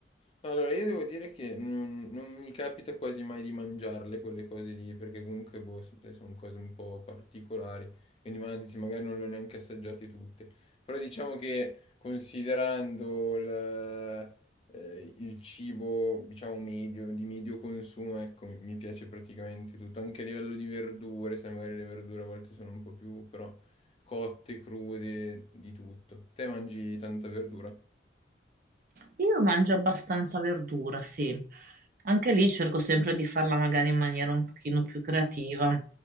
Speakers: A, on the left; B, on the right.
A: Allora, io devo dire che non, non mi capita quasi mai di mangiarle quelle cose lì, perché comunque, boh, sai, sono cose un po' particolari, quindi ma- anzi, magari non le ho neanche assaggiate tutte. Però diciamo che considerando il, eh, il cibo, diciamo, medio, di medio consumo, ecco, mi, mi piace praticamente tutto, anche a livello di verdure, sai, magari le verdure a volte sono un po' più, però, cotte, crude, di tutto. Te mangi tanta verdura?
B: Io mangio abbastanza verdura, sì. Anche lì cerco sempre di farla magari in maniera un pochino più creativa